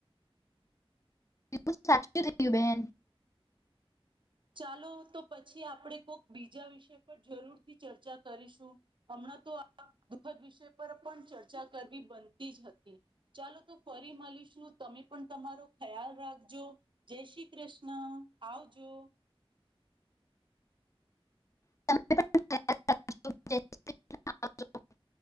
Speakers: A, on the left; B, on the right.
A: તેમજ સાચૂ થયું બેન
B: ચાલો તો પછી આપડે કોક બીજા વિષય પર જરૂરથી ચર્ચા કરીશું હમણાં તો આ દુઃખદ વિષય પર પણ ચર્ચા કરવી બનતી જ હતી ચાલો તો ફરી મલીશું તમે પણ તમારો ખ્યાલ રાખજો જે શ્રી કૃષ્ણ આવજો
A: <unintelligible>